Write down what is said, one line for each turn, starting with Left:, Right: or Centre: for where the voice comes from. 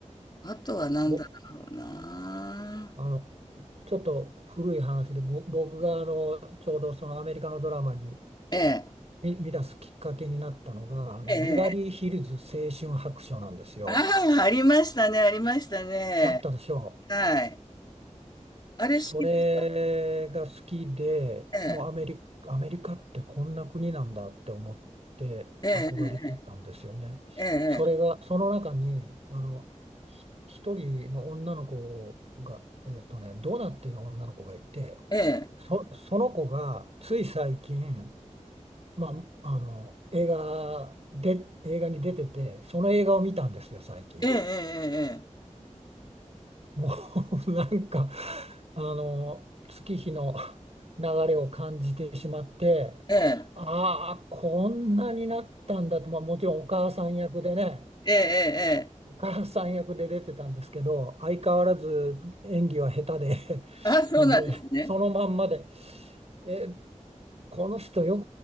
Left: あとは何だろうな。
Right: ぼ、あの、ちょっと古い話で、ぼ僕があのちょうどそのアメリカのドラマに
Left: ええ、
Right: 見、見出すきっかけになったのが、あのビバリーヒルズ青春白書なんですよ。
Left: ええ、ああ、ありましたね、ありましたね。
Right: あったでしょう。
Left: はい。あれ好きでし
Right: それが好きで、
Left: たえ
Right: もうアメリ、アメリカってこんな国なんだって思って憧れてたんですよね。
Left: え、ええ、ええ、
Right: それが、その中に、あの、ひ一人の女の子が、えっとね、ドナっていう女の子がいて、
Left: ええ、
Right: そ、その子がつい最近、まあ、あの、映画で、映画に出てて、その映画を見たんですよ、最近。
Left: ええ、ええ、
Right: もう <laughs> なんか、あの、月日の流れを感じてしまって、
Left: ええ、ええ、
Right: ああ、こんなになったんだと、まあ、もちろんお母さん役でね、
Left: ええ、ええ、ええ、
Right: お母さん役で出てたんですけど、相変わらず演技は下手で、
Left: あ、
Right: <laughs>
Left: そうなんですね。
Right: で、そのまんまで、えこの人よ